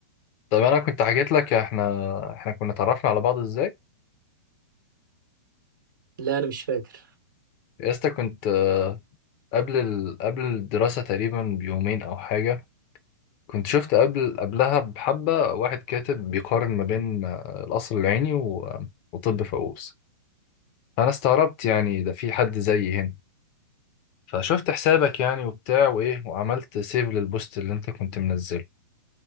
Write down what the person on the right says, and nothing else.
لا انا مش فاكر